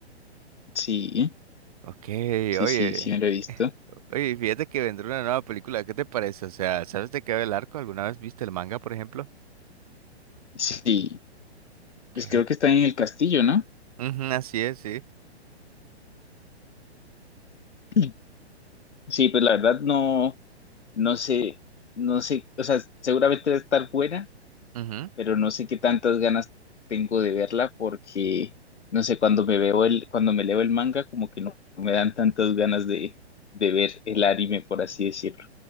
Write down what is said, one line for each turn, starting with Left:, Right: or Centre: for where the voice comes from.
Left: Sí,
Right: Ok,
Left: sí,
Right: oye,
Left: sí, sí me lo he visto.
Right: <laughs> oye, fíjate que vendrá una nueva película, ¿qué te parece? O sea, ¿sabes de qué va el arco? ¿Alguna vez viste el manga, por ejemplo?
Left: Sí, pues
Right: Ok.
Left: creo que está en el castillo, ¿no?
Right: Ujú, así es, sí.
Left: <clears throat> Sí, pues la verdad no, no sé, no sé, o sea, seguramente debe estar buena,
Right: Ujú,
Left: pero no sé qué tantas ganas tengo de verla porque, no sé, cuando me veo el, cuando me leo el manga, como que no me dan tantas ganas de, de ver el anime, por así decirlo,